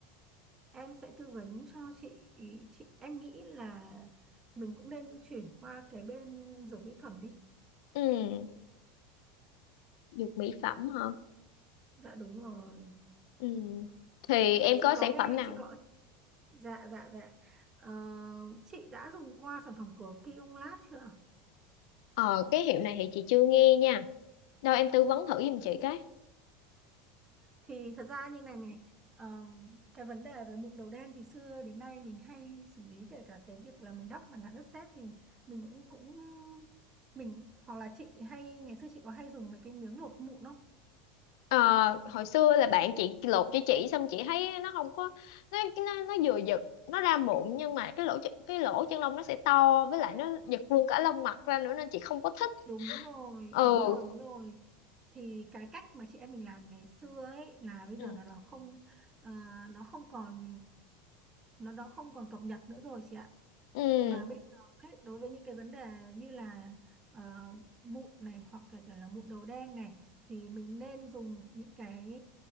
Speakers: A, on the right; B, on the left.
A: em sẽ tư vấn cho chị chị em nghĩ là mình cũng nên chuyển qua cái bên dược mỹ phẩm đi
B: Ừ, dược mỹ phẩm hả?
A: dạ đúng rồi
B: Ừ. Thì em
A: chị
B: có sản
A: có nghe
B: phẩm nào?
A: chị có Dạ dạ dạ. Ờ, chị đã dùng qua sản phẩm của Kiung Lab chưa? ạ?
B: Ờ, cái hiệu này thì chị chưa nghe nha. Đâu em tư vấn thử giùm chị cái.
A: Thì thật ra như này này, ờm, cái vấn đề về mụn đầu đen thì xưa đến nay mình hay xử lý kể cả cái việc là mình đắp mặt nạ đất sét thì mình cũng cũng mình hoặc là chị hay ngày xưa chị có hay dùng mấy cái miếng lột mụn không?
B: Ờ, hồi xưa là bạn chị lột cho chị xong chị thấy nó không có nó nó, nó vừa giật nó ra mụn nhưng mà cái lỗ ch- cái lỗ chân lông nó sẽ to với lại nó giật luôn cả lông mặt ra nữa nên chị không có thích.
A: Đúng rồi,
B: Ừ.
A: đúng rồi, đúng rồi. Thì cái cách mà chị em mình làm ngày xưa ấy là bây giờ
B: Ừ.
A: nó nó không ờ, nó không còn nó nó không còn cập nhật nữa rồi chị ạ
B: Ừ.
A: mà bây giờ ấy, đối với những cái vấn đề như là ờ, mụn này hoặc kể cả là mụn đầu đen này thì mình nên dùng những cái